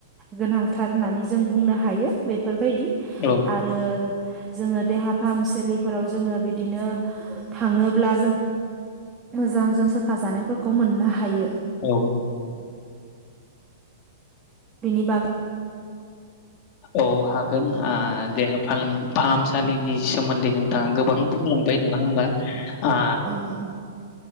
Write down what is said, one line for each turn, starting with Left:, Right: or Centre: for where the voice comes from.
Right: गोनांथार होननानै जों बुंनो हायो बे बेफोरबायदि
Left: औ
Right: आरो जोङो देहा फाहामसालिफोराव जोङो बिदिनो थाङोब्ला जों मोजांजों सोखाजानायफोरखौ मोननो हायो
Left: औ
Right: बिनि बागै
Left: औ हागोन आ देहा फाहामसालिनि सोमोन्दै नों दा गोबां बुंलांबाय नङा होमबा आ
Right: औ